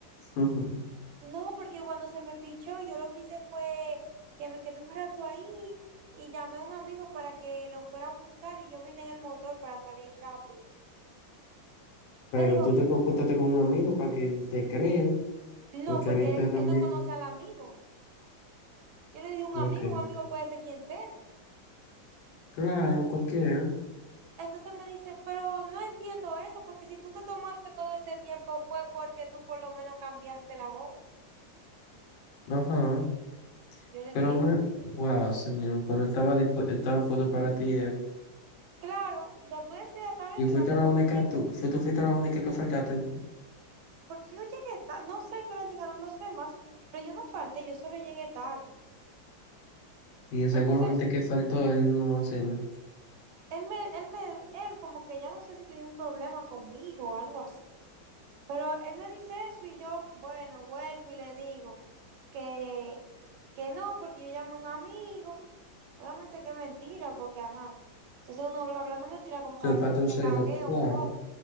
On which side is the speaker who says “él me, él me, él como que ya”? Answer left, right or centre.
Right